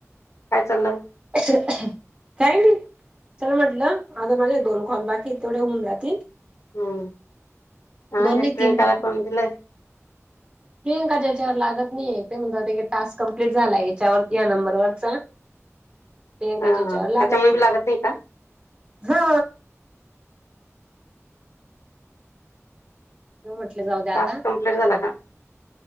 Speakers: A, on the left; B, on the right.
A: काय चाललंय.
B: काय नाही चल म्हटलं आता माझे दोन कॉल बाकी येतं तेवढे होऊन जातील.
A: हम्म आज
B: दोन नाही
A: एकट्याला
B: तीन बाकी
A: काम दिलंय.
B: प्रियंका ज्याच्यावर लागत नाहीये ते म्हणतात ते टास्क कम्प्लीट झालाय याच्यावर या नंबरवररचा. प्रियंकाच्या
A: हा
B: याच्यावर लागत
A: त्याच्यामुळे
B: नाही
A: बी का
B: हे हा म्हनून म्हटलं जाऊ द्या आता
A: टास्क कंप्लीट झाला का